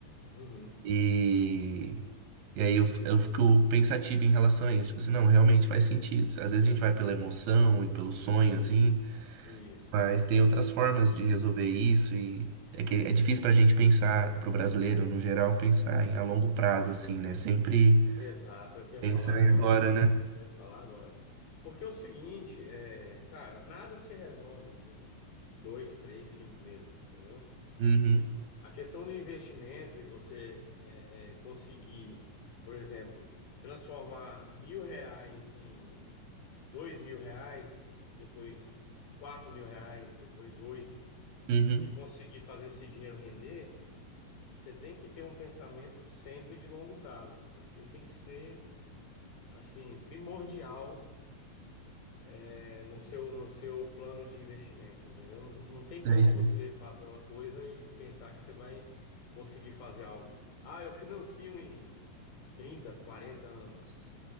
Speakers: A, on the left; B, on the right.
A: Uhum.
B: E, e aí eu, f- eu fico pensativo em relação a isso. Tipo assim, não, realmente faz sentido. Às vezes a gente vai pela emoção e pelo sonho, assim,
A: Isso.
B: mas tem outras formas de resolver isso. E é que é difícil pra gente pensar, pro brasileiro no geral, pensar em a longo prazo, assim, né? Sempre
A: Exato, é o que eu ia
B: pensar
A: falar agora.
B: em agora, né?
A: Eu ia falar agora. Porque é o seguinte, é, cara, nada se resolve em dois, três, cinco meses, entendeu?
B: Uhum,
A: A questão do investimento e você é, é, conseguir, por exemplo, transformar mil reais em dois mil reais, depois quatro mil reais, depois oito,
B: uhum.
A: e conseguir fazer esse dinheiro render. Você tem que ter um pensamento sempre de longo prazo, cara. Isso aí tem que ser, assim, primordial, é, no seu, no seu plano de investimento, entendeu? Não, não tem
B: Sei,
A: como
B: sei.
A: você fazer uma coisa e pensar que você vai conseguir fazer algo. Ah, eu financio em 30, 40 anos.